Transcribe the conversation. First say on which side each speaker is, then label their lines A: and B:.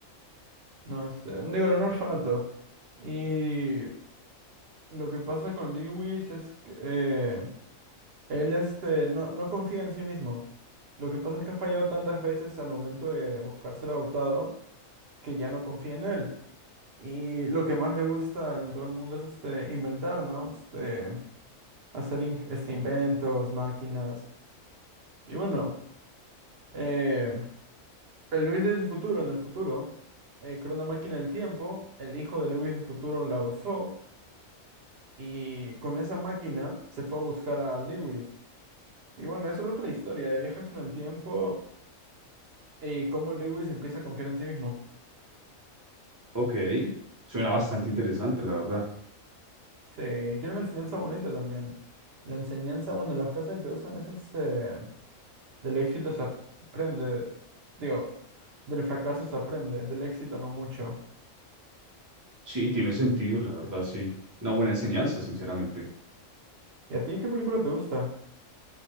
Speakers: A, on the right (about 60°); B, on the right (about 25°).
A: No, este, digo, en un orfanato. Y lo que pasa con Lewis es que eh, él este, no, no confía en sí mismo. Lo que pasa es que ha fallado tantas veces al momento de buscar ser adoptado que ya no confía en él. Y lo que más le gusta en todo el mundo es este, inventar, ¿no? Este, hacer in- este, inventos, máquinas. Y bueno, eh, el Lewis del futuro, en el futuro, eh, creó una máquina del tiempo. El hijo de Lewis del futuro la usó. Y con esa máquina se fue a buscar a Lewis. Y bueno, es otra la historia de viajes en el tiempo y cómo Lewis empieza a confiar en sí mismo.
B: ok. Suena bastante interesante, la verdad.
A: Sí, y tiene una enseñanza bonita también. La enseñanza, bueno, la frase que usan es este, del éxito se aprende, digo, del fracaso se aprende, del éxito no mucho.
B: Sí, tiene sentido, la verdad, sí. Una buena enseñanza, sinceramente.
A: ¿Y a ti qué película te gusta?